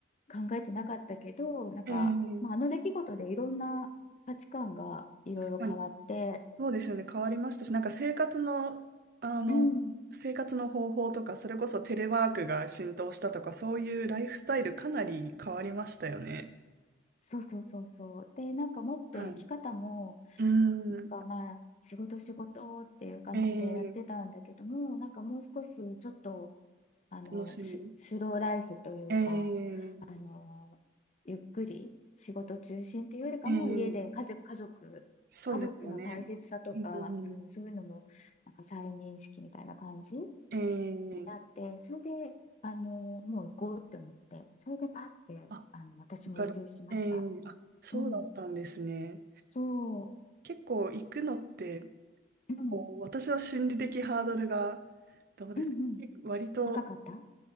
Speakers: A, on the left (about 35°); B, on the right (about 50°).
A: 考えてなかったけど、なんか、
B: ええ、
A: まあ、あの出来事でいろんな価値観がいろいろ変わって、
B: あそうですよね。変わりましたし、なんか生活の、あの、
A: うん、
B: 生活の方法とか、それこそテレワークが浸透したとか、そういうライフスタイルかなり変わりましたよね。
A: そうそうそうそう。で、なんかもっと生き方も、
B: はい。うーん、
A: なんかまあ、仕事仕事っていう感じでやってたんだけども、
B: ええ、
A: なんかもう少しちょっと、あの、
B: 楽しみ。
A: ス、スローライフというか、
B: ええ、
A: あの、ゆっくり仕事中心っていうよりかも、
B: ええ、
A: 家で家族、家族、
B: そうですよね。
A: 家族の大切さとか、
B: うん、
A: うん、そういうのも、なんか再認識みたいな感じに
B: ええ、
A: なって、それで、あの、もう行こうって思って、それでパッて、
B: あ、や
A: あの、私も移住しました。
B: っぱり、ええ、あ、そうだったんですね。
A: うん。そ
B: 結構行くのって、
A: う、うん、
B: こう私は心理的ハードルが、どうですか割と、
A: うんうん、高かったう